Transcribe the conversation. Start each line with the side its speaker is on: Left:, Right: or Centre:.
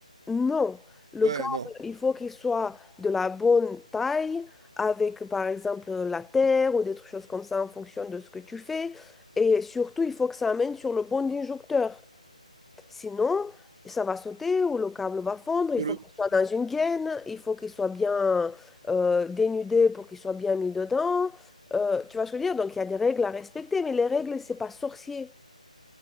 Centre: Non, le
Right: Ouais,
Centre: câble,
Right: non.
Centre: il faut qu'il soit de la bonne taille, avec par exemple la terre ou des trucs- choses comme ça en fonction de ce que tu fais. Et surtout, il faut que ça amène sur le bon injecteur. Sinon, ça va sauter ou le câble va fondre. Il
Right: Sur
Centre: faut
Right: le-
Centre: qu'il soit dans une gaine, il faut qu'il soit bien euh, dénudé pour qu'il soit bien mis dedans. Euh, tu vois ce que je veux dire? Donc, il y a des règles à respecter, mais les règles, c'est pas sorcier.